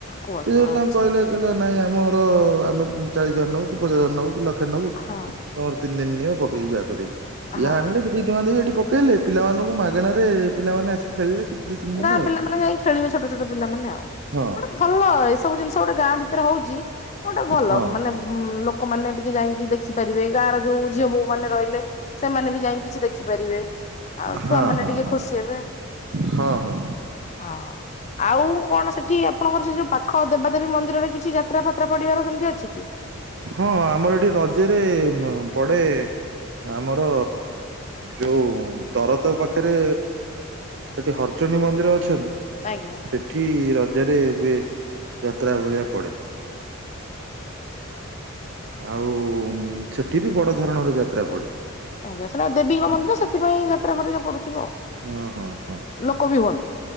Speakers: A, on the left; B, on the right.
A: କୁହନ୍ତୁ
B: ସେ ଯୋଉଠି
A: ଆଚ୍ଛା
B: ତାଙ୍କୁ କହିଲେ ନାଇଁ ଆମର ଆମେ ଚାଳିଶ ହଜାର ନବୁ କି ପଚା ହଜାର ନବୁ କି ଲକ୍ଷେ ନବୁ।
A: ହଁ
B: ତମର ତିନି ଦିନ ନିଅ ପକେଇକି ଯା କରିବ ଇଏ
A: ହଁ।
B: ଆଣଲେ ଦି ଟଙ୍କା ଦେଇ ଏଠି ପକେଇଲେ ପିଲାମାନଙ୍କୁ ମାଗଣାରେ ପିଲମାନେ ଆସ ଖେଳଲେ ଦି ଦିନ
A: ଗାଁ
B: ଆଉ।
A: ପିଲାମାନେ ଯାଇକି ଖେଳିବେ ଛୋଟ ଛୋଟ ପିଲାମାନେ ଆଉ,
B: ହଁ
A: ଗୋଟେ ଭଲ ଏସବୁ ଜିନିଷ ଗୋଟେ ଗାଁ ଭିତରେ ହଉଚି, ଗୋଟେ ଭଲ
B: ହଁ
A: ମାନେ ହୁଁ ଲୋକମାନେ ଟିକେ ଯାଇକି ଦେଖି ଦେଖିପାରିବେ ଗାଁ ର ଯୋଉ ଝିଅ ବୋଉ ମାନେ ରହିଲେ ସେମାନେ ବି ଯାଇକି କିଛି ଦେଖିପାରିବେ। ଆଉ
B: ହଁ
A: ଛୁଆ ମାନେ
B: ହଁ
A: ଟିକେ
B: ହଁ
A: ଖୁସି ହେବେ।
B: ହଁ ହଁ।
A: ହଁ। ଆଉ କଣ ସେଠି ଆପଣଙ୍କର ସେ ଯୋଉ ପାଖ ଦେବାଦେବୀ ମନ୍ଦିରରେ କିଛି ଯାତ୍ରା ଫାତ୍ରା ପଡିବାର ସେମିତି ଅଛି କି?
B: ହଁ ଆମର ଏଠି ରଜରେ ପଡେ ଆମର ଯୋଉ ତରତ ପାଖରେ ସେଠି ହର୍ଚନୀ ମନ୍ଦିର ଅଛନ୍ତି?
A: ଆଜ୍ଞା।
B: ସେଠି ରଜରେ ହୁଏ ଯାତ୍ରା ଭଳିଆ ପଡେ। ଆଉ ସେଠି ବି ବଡ ଧରଣର ଯାତ୍ରା ପଡେ।
A: ଆଜ୍ଞା ସେଇଟା ଦେବୀଙ୍କନ୍ଦିର ସେଥି ପାଇଁ ଯାତ୍ରା ହେରିକା ପଡୁଥିବ।
B: ହଁ ହଁ ହଁ
A: ଲୋକ ବି ହୁଅନ୍ତି